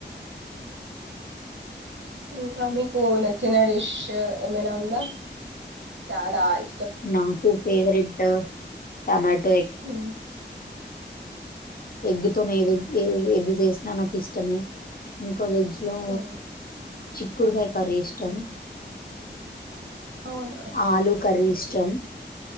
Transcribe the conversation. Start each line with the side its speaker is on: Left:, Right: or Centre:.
Right: ఇంకా మీకు నచ్చిన డిష్ ఏమైనా ఉందా చాలా ఇ
Left: నాకుూ ఫేవరెట్ టమాటో
Right: హ
Left: ఎగ్తోనే ఏవి ఏ ఏవి చేసినా నాకు ఇష్టమే ఒక వెజ్ లో
Right: ఉమ్,
Left: చిక్కుడుకాయ కర్రీ ఇష్టం
Right: అవునా
Left: ఆలు కర్రీ ఇష్టం